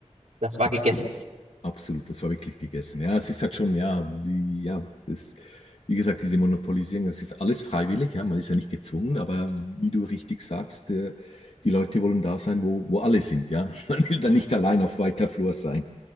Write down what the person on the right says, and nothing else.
das war
gegessen.
Mhm.